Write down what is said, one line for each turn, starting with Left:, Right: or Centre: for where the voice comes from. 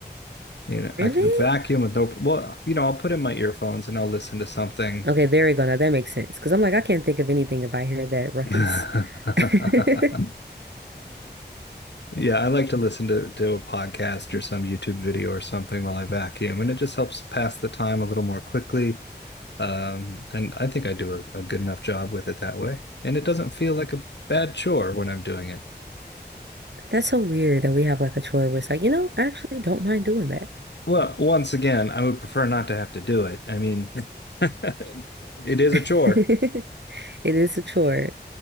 Left: You know,
Right: Really?
Left: I can vacuum with no, well, you know, I'll put in my earphones and I'll listen to something.
Right: Okay, there we go. Now that makes sense. Because I'm like, I can't think of anything if I hear that ruckus.
Left: <laughs>
Right: <laughs> Th-
Left: Yeah, I like to listen to, to a podcast or some YouTube video or something while I vacuum, and it just helps pass the time a little more quickly. Um, and I think I do a, a good enough job with it that way. And it doesn't feel like a bad chore when I'm doing it.
Right: That's so weird that we have like a chore where it's like, you know, I actually don't mind doing that.
Left: Well, once again, I would prefer not to have to do it. I mean, <laughs> it is
Right: <laughs>
Left: a chore.
Right: It is a chore.